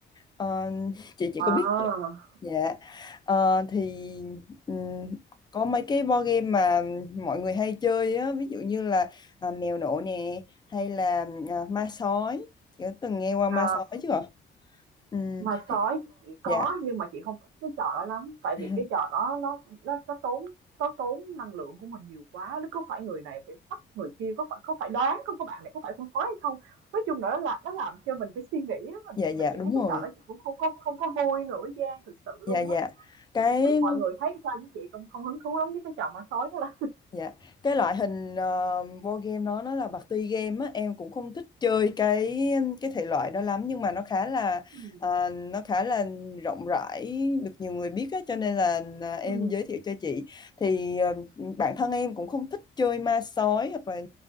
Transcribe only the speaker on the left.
Ờ, chị chị
có biết Dạ, Ờ, thì ừm, có mấy cái board game mà mọi người hay chơi á, ví dụ như là à, mèo nổ nè, hay là à, ma sói, chị có từng nghe qua ma
sói chưa? ạ? Ừm,
dạ,
<laughs>
dạ dạ
đúng
rồi,
dạ dạ
cái
Dạ, cái loại hình ờ, board game đó nó là party game á, em cũng không thích chơi cái cái thể loại đó lắm nhưng mà nó khá là
ờ, nó khá là rộng rãi được nhiều người biết á cho nên là ờ, em
giới thiệu cho chị. Thì ờ, bản thân em cũng không thích chơi ma sói hoặc là